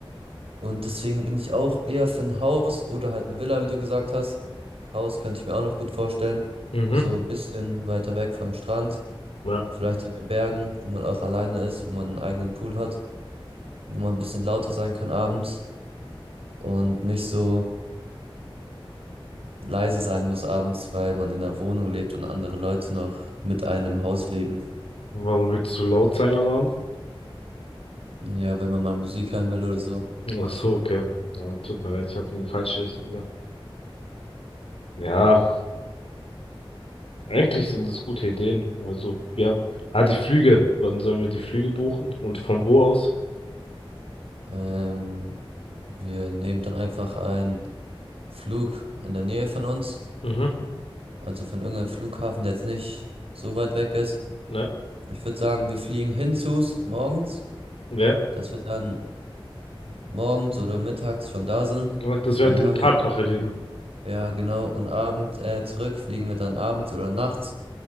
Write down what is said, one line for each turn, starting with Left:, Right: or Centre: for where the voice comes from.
Right: Und deswegen bin ich auch eher für ein Haus oder halt eine Villa, wie du gesagt hast. Haus könnte ich mir auch noch gut vorstellen.
Left: Mhm.
Right: So ein bisschen weiter weg vom Strand,
Left: Ja.
Right: vielleicht so in den Bergen, wo man auch alleine ist, wo man einen eigenen Pool hat, wo man ein bisschen lauter sein kann abends und nicht so leise sein muss abends, weil man in einer Wohnung lebt und andere Leute noch mit einem im Haus leben.
Left: Warum willst du laut sein am Abend?
Right: Ja, wenn man mal Musik hören will oder so.
Left: Ach so, okay. Ja, tut mir leid, ich habe in die falsche Richtung gedacht. Ja, Eigentlich sind es gute Ideen. Also, ja, ah, die Flüge. Wann sollen wir die Flüge buchen? Und von wo aus?
Right: Ähm, wir nehmen dann einfach einen Flug in der Nähe von uns
Left: Mhm.
Right: Also von irgendeinem Flughafen, der jetzt nicht so weit weg ist.
Left: Ja,
Right: Ich würde sagen, wir fliegen hinzus morgens,
Left: ja.
Right: dass wir dann morgens oder mittags schon da sind.
Left: Ja, Dass wir
Right: Weil
Left: halt
Right: dann
Left: den
Right: haben
Left: Tag
Right: wir,
Left: noch erleben.
Right: ja genau, und abends äh, zurück fliegen wir dann abends oder nachts.